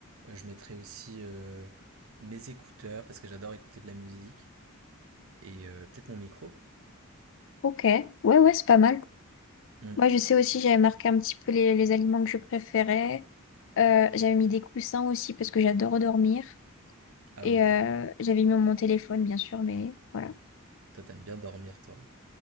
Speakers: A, on the right (about 70°); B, on the left (about 65°).
A: Euh, je mettrai aussi euh, mes écouteurs parce que j'adore écouter de la musique et euh, peut-être mon micro.
B: Ok. Ouais, ouais, c'est pas mal.
A: Hmm.
B: Moi, je sais aussi, j'avais marqué un petit peu les, les aliments que je préférais. Euh, j'avais mis des coussins aussi parce que j'adore dormir.
A: Ah
B: Et
A: oui, d'accord.
B: euh, j'avais mis mon téléphone, bien sûr, mais voilà.
A: Toi, t'aimes bien dormir, toi.